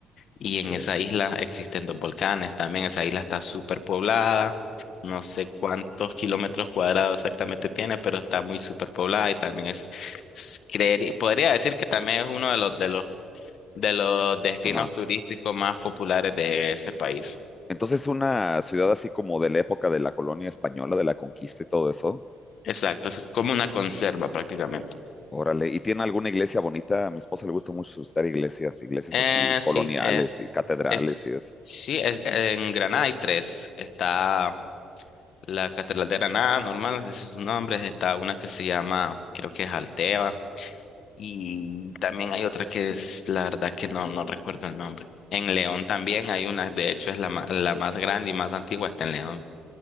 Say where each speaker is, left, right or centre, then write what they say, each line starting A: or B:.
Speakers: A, on the left; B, on the left.
A: Y
B: ok.
A: en esa isla existen dos volcanes. También esa isla está súper poblada. No sé cuántos kilómetros cuadrados exactamente tiene, pero está muy súper poblada y también es, es- creería- podría decir que también es uno de los, de los, de los destinos
B: Ajá.
A: turísticos más populares de ese país.
B: Entonces, una ciudad así como de la época de la colonia española, de la conquista y todo eso.
A: Exacto, es como una conserva prácticamente.
B: Órale, ¿y tiene alguna iglesia bonita? A mi esposa le gusta mucho visitar iglesias, iglesias
A: Eh,
B: así coloniales
A: sí, eh,
B: y catedrales
A: eh,
B: y eso.
A: sí, eh, en Granada hay tres. Está la Catedral de Granada, normal, ese es su nombre. Está una que se llama, creo que es Alteva. Y también hay otra que es, la verdad que no, no recuerdo el nombre. En León también hay una, de hecho es la, ma- la más grande y más antigua está en León.